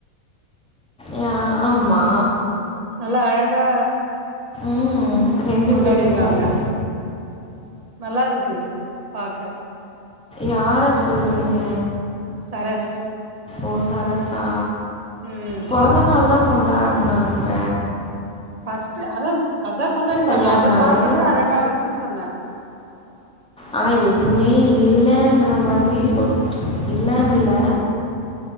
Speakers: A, in the centre; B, on the right.
A: ஏ ஆ ஆம்மா
B: நல்லா அழகா
A: ம்.
B: கொண்டாடி
A: பேருக்கும்.
B: இருக்காங்க நல்லா இருக்கு பாக்க
A: யார சொல்றீங்க
B: சரஸ்
A: ஓ சரஸ்சா
B: ம்
A: பெறந்த நாள் தா கொண்டாடுனாங்க
B: ஃபஸ்ட்டு அதான் அதா கொண்டாடிருக்காங்க
A: கல்யாண
B: அத
A: நாள்
B: பாக்கவே அழகா இருக்குனு சொன்னே
A: ஆனா எதுவுமே இல்லன்ற மாதிரி சொ இல்லனுல்ல